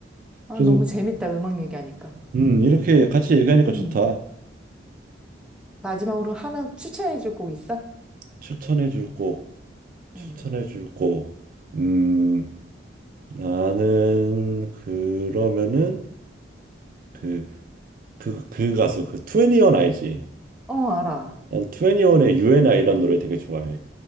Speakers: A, in the centre; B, on the right (about 45°).
A: 아,
B: 그래서
A: 너무 재밌다. 음악 얘기하니까.
B: 음, 이렇게 같이 얘기하니까 좋다.
A: 응. 마지막으로 하나 추천해줄 곡 있어?
B: 추천해 줄 곡, 추천해
A: 응.
B: 줄 곡. 음, 나는 그러면은 그, 그, 그 가수 그2원 알지?
A: 어, 알아.
B: 난2원의 UNI 이란 노래 되게 좋아해.